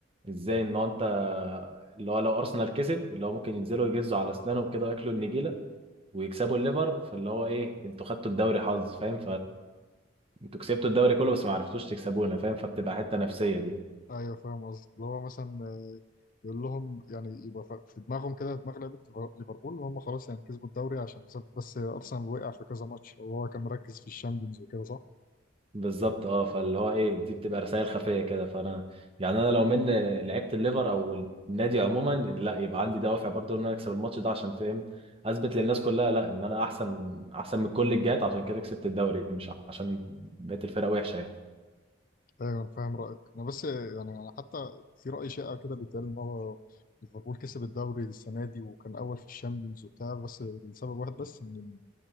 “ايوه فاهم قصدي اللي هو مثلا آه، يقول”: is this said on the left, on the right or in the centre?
Left